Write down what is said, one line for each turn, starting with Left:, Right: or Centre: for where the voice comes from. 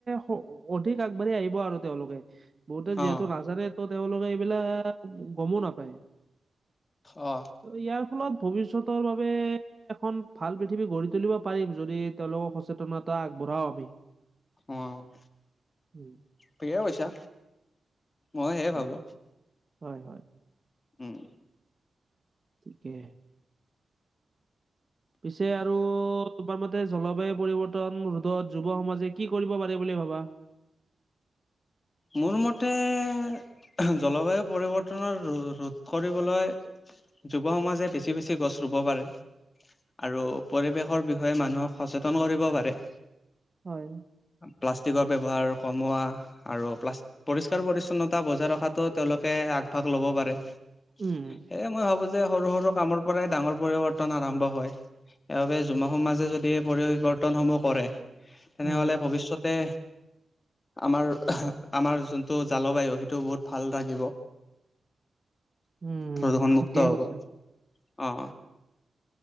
Right: হ অধিক আগবাঢ়ি আহিব আৰু তেওঁলোকে। বহুতে যিহেতু
Left: অ
Right: নাজানে তো তেওঁলোকে এইবিলাক গমো নাপায়।
Left: অ
Right: ত ইয়াৰ ফলত ভৱিষ্যতৰ বাবে এখন ভাল পৃথিৱী গঢ়ি তুলিব পাৰিম যদি তেওঁলোকক সচেতনতা আগবঢ়াও আমি।
Left: অ',
Right: উম,
Left: ঠিকেই কৈছা মই সেয়ে
Right: হয়,
Left: ভাবো।
Right: হয় হয়
Left: উম
Right: ঠিকে পিছে আৰু তোমাৰ মতে জলবায়ু পৰিৱৰ্তন ৰোধত যুৱ সমাজে কি কৰিব পাৰে বুলি ভাবা?
Left: মোৰ মতে জলবায়ু পৰিৱৰ্তনৰ ৰো ৰোধ কৰিবলৈ যুৱ সমাজে বেছি বেছি গছ ৰুব পাৰে। আৰু পৰিৱেশৰ বিষয়ে মানুহক সচেতন কৰিব পাৰে।
Right: হয়
Left: প্লাষ্টিকৰ ব্যৱহাৰ কমোৱা আৰু প্লাষ্ট পৰিষ্কাৰ পৰিচ্ছন্নতা বজাই ৰখাটো তেওঁলোকে আগভাগ লব পাৰে
Right: উম,
Left: সেইয়ে মই ভাবো যে সৰু সৰু কামৰ পৰাই ডাঙৰ পৰিৱৰ্তন আৰম্ভ হয়। সেইবাবে যুম সমাজে যদি পৰিৱৰ্তনসমূহ কৰে তেনেহলে
Right: উম,
Left: ভৱিষ্যতে আমাৰ আমাৰ যোনটো জালবায়ু সেইটো বহুত ভাল থাকিব।
Right: উম,
Left: প্ৰদূষণ
Right: ঠিকেই
Left: মুক্ত হ'ব
Right: কৈছে,
Left: অ'।